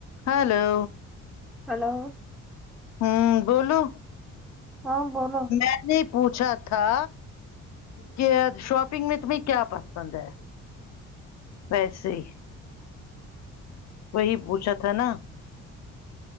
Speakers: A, on the left; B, in the centre.
A: hello
B: hello
A: ہوں بولو
B: ہاں بولو
A: میں نے پوچھا تھا کہ شاپنگ میں تمہیں کیا پسند ہے ویسے ہی وہی پوچھا تھا نا